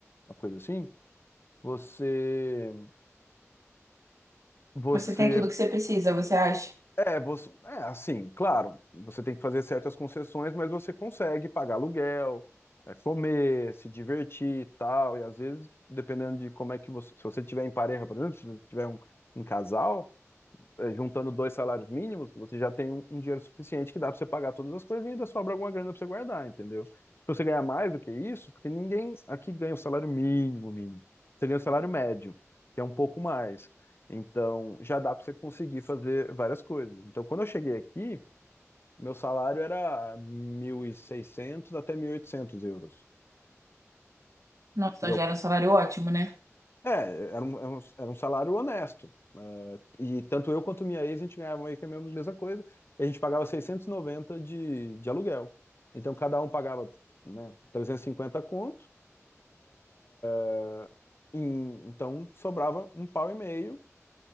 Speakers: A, on the left (about 50°); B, on the right (about 85°).
A: uma coisa assim, você você
B: Você tem tudo que você precisa, você acha?
A: É, você, é assim, claro, você tem que fazer certas concessões, mas você consegue pagar aluguel, é, comer, se divertir e tal. E às vezes, dependendo de como é que você. Se você tiver em pareja, por exemplo, se você tiver um, um casal, é, juntando dois salários mínimos, você já tem um, um dinheiro suficiente que dá para você pagar todas as coisas e ainda sobra alguma grana para você guardar, entendeu? Se você ganhar mais do que isso, porque ninguém aqui ganha o salário mínimo, mínimo. Você ganha o salário médio, que é um pouco mais. Então, já dá para você conseguir fazer várias coisas. Então, quando eu cheguei aqui, meu salário era 1.600 até 1.800 euros.
B: Nossa, então
A: E eu
B: gera um salário ótimo, né?
A: É, era um, era um, era um salário honesto. eh, e tanto eu quanto minha ex, a gente ganhava meio que a mesma mesma coisa. E a gente pagava 690 de, de aluguel. Então cada um pagava, né, 350 conto. é, E, então sobrava um pau e meio,